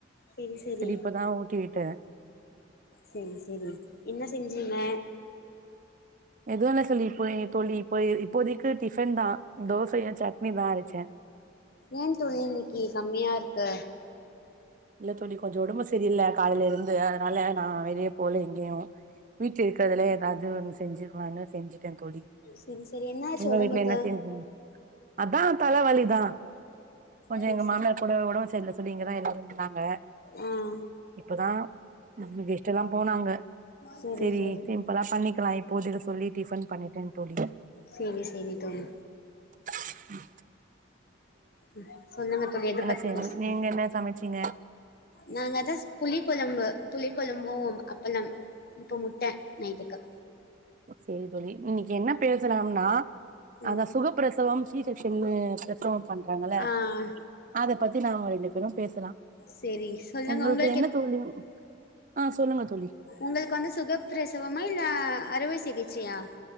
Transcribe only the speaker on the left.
சேரி சேரி
சேரி சேரி என்ன செஞ்சீங்க
ஏன் தோழி இன்னிக்கு கம்மியா இருக்கு
சேரி சேரி என்ன ஆச்சு
ஒடம்புக்கு
செரி
செரி
ஆ
செரி
செரி
சேரி சேரி தோழி
ம் சொல்லுங்க தோழி எத பத்தி
பேசனு
நாங்கதஸ் புளி கொழம்பு புளி கொழம்பு அப்பளம் இப்ப முட்ட நைட்டுக்கு
ம்
ஆ
செரி சொல்லுங்க
உங்களுக்கு
எப்
உங்கள்க்கு வந்து சுகப்பிரசவமா இல்ல அறுவை சிகிச்சையா